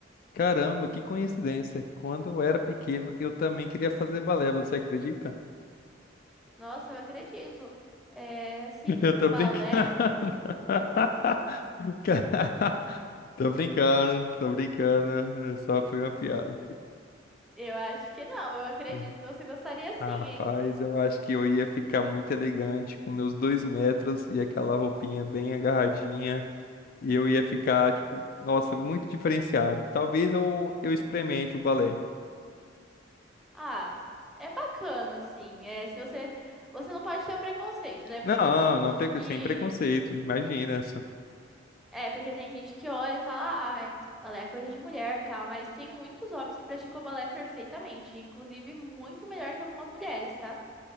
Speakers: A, on the left; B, in the centre.
A: Caramba, que coincidência. Quando eu era pequeno, eu também queria fazer balé, você acredita?
B: Nossa, eu acredito. É, assim,
A: <laughs> Eu tô
B: o balé,
A: brincando. <laughs> Ca- <laughs> Tô brincando, tô brincando. Só foi uma piada.
B: eu acho que não. Eu acredito
A: <laughs>
B: que você gostaria sim,
A: Ah, Rapaz,
B: hein?
A: eu acho que eu ia ficar muito elegante com meus dois metros e aquela roupinha bem agarradinha. E eu ia ficar, tipo, nossa, muito diferenciado. Talvez eu, eu experimente o balé.
B: Ah, é bacana assim. É, se você você não pode ter o preconceito, né? Porque
A: Não,
B: tem
A: não,
B: gente
A: prec-
B: que
A: sem preconceito, imagina.
B: É, porque tem gente que olha e fala, ai, balé é coisa de mulher, tal, mas tem muitos homens que praticam balé perfeitamente, inclusive muito melhor que algumas mulheres, tá?